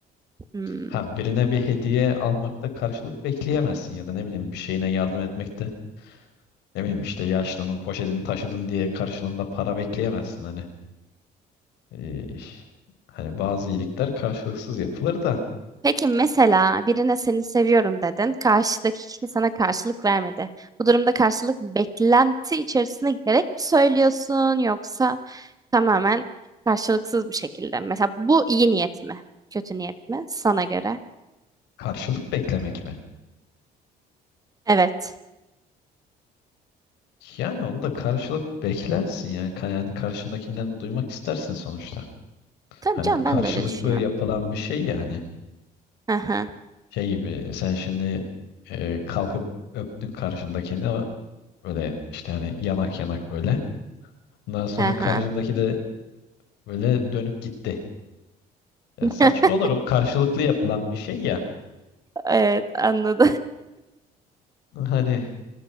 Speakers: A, on the right (about 20°); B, on the left (about 85°).
A: Hmm.
B: Ha birine bir hediye almakta karşılık bekleyemezsin ya da ne bileyim bir şeyine yardım etmekte. Ne bileyim işte yaşlının poşetini taşıdın diye karşılığında para bekleyemezsin hani. Ee, hani bazı iyilikler karşılıksız yapılır da
A: Peki mesela birine seni seviyorum dedin. Karşıdaki kişi sana karşılık vermedi. Bu durumda karşılık beklenti içerisine girerek mi söylüyorsun yoksa Tamamen karşılıksız bir şekilde. Mesela bu iyi niyet mi? Kötü niyet mi? Sana göre.
B: karşılık beklemek mi?
A: Evet.
B: Yani onu da karşılık beklersin ya. Ka- Yani karşındakinden de duymak istersen sonuçta.
A: Tabii
B: Hani
A: canım
B: bu karşılıklı
A: ben de öyle düşünüyorum.
B: yapılan bir şey yani.
A: Hı hı.
B: Şey gibi sen şimdi e, kalkıp öptün karşındakini ama böyle işte hani yanak yanak böyle. Ondan sonra
A: Hı hı.
B: karşındaki de böyle dönüp gitti. Yani
A: <laughs>
B: saçma olur o karşılıklı yapılan bir şey ya.
A: Evet anladım.
B: Hani